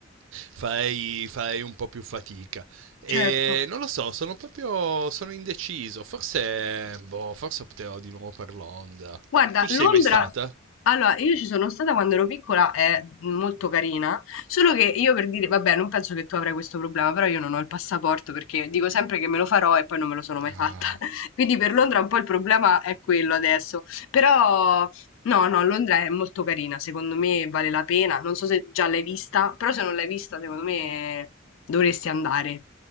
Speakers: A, on the right (about 65°); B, on the left (about 70°).
A: farei, farei un po' più fatica. E
B: certo.
A: non lo so, sono proprio sono indeciso. Forse, boh, forse opterò di nuovo per Londra.
B: Guarda,
A: Tu ci
B: Londra,
A: sei mai stata?
B: allora io ci sono stata quando ero piccola, è molto carina, solo che io per dire, vabbè, non penso che tu avrai questo problema, però io non ho il passaporto perché dico sempre che me lo farò e poi non me lo sono mai
A: Ah.
B: fatta. <laughs> Quindi per Londra un po' il problema è quello adesso. Però no, no, Londra è molto carina, secondo me vale la pena. Non so se già l'hai vista, però se non l'hai vista, secondo me dovresti andare.